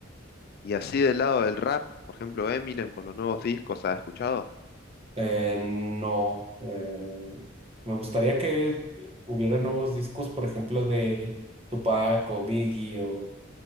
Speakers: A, on the left; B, on the right.
A: Y así del lado del rap, por ejemplo, Eminem con los nuevos discos, ¿has escuchado?
B: Eh, no, eh, me gustaría que hubiera nuevos discos, por ejemplo, de Tupac o Biggie o